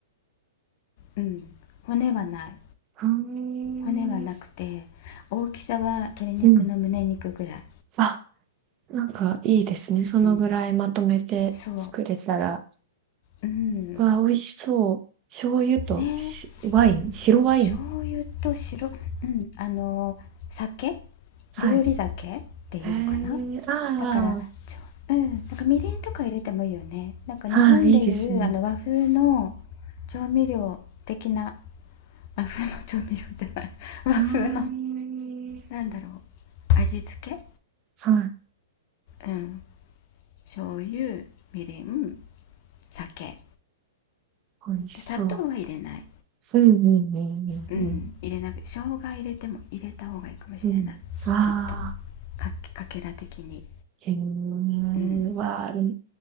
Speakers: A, on the left (about 45°); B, on the right (about 30°).
A: うん、骨はない。
B: うーん。
A: 骨はなくて、大きさは鶏肉の胸肉ぐらい。
B: うん。あ、なんかいいですね。そのぐらいまとめて作れたら。
A: うん、そう、うん、
B: わあ、美味しそう。醤油としワイン、
A: ね、
B: 白ワイン。
A: 醤油と白、うん、あの、酒、
B: はい。
A: 料理酒でいいのかな。
B: へえ、あ
A: だから、ちょ、うん、なんかみりんとか入れてもいいよね。なんか日本でいう、
B: あ、はい、いいですね。
A: あの和風の調味料的な。和風の調味料じゃない <laughs> 和風の
B: うーん。
A: なんだろう味付け
B: はい、
A: うん醤油みりん酒
B: 美味しそう。
A: で砂糖は入れない
B: うんうんう
A: うん入れなく生姜入れても入れた方がいいかもしれないちょっと
B: んうんうん。うん。わあ、
A: かかけら的に
B: へえ、
A: うん
B: わあ、でも